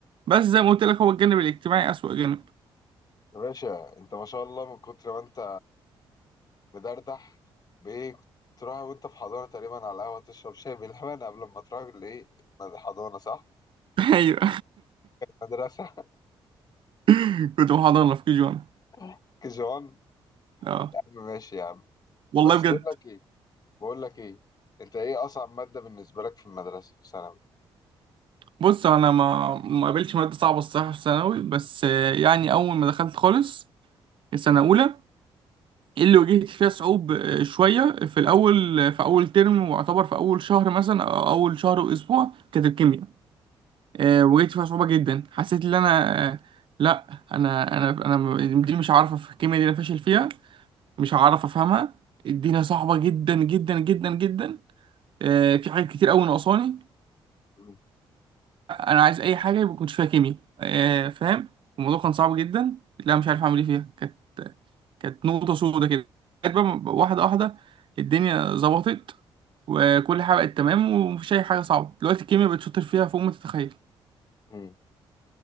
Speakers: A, on the right (about 55°); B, on the left (about 40°).
A: بس زي ما قلت لك هو الجانب الاجتماعي أسوأ جانب
B: يا باشا انت ما شاء الله من كتر ما انت مدردح بايه كنت تروح وانت في حضانه تقريبا على القهوه تشرب شاي باللبن قبل ما تروح الايه حضانه صح
A: <laughs> أيوه
B: مدرسه
A: <laughs> كنت محاضرة في كي جوان
B: <laughs> كجوان
A: أه
B: يا عم ماشي يا عم
A: والله
B: بس
A: بجد
B: بقول لك ايه بقول لك ايه انت ايه اصعب ماده بالنسبه لك في المدرسه في ثانوي
A: بص انا ما ما قابلتش ماده صعبه الصراحه في ثانوي بس آه، يعني اول ما دخلت خالص السنه اولى اللي واجهت فيها صعوب آه، شويه في الاول آه، في اول ترم واعتبر في اول شهر مثلا او اول شهر واسبوع كانت الكيمياء آه، واجهت فيها صعوبه جدا حسيت ان انا آه، لا انا انا انا م- دي مش عارفه في الكيمياء دي انا فاشل فيها مش هعرف افهمها الدنيا صعبه جدا جدا جدا جدا آه، في حاجات كتير قوي ناقصاني
B: مم.
A: انا عايز اي حاجه يبقى كنت فيها كيمياء آه، فاهم الموضوع كان صعب جدا لا مش عارف اعمل ايه فيها كانت كانت نقطه سودة كده بقيت بقى واحده واحده الدنيا ظبطت وكل حاجه بقت تمام ومفيش اي حاجه صعبه دلوقتي الكيمياء بقت شاطر فيها فوق ما تتخيل
B: مم.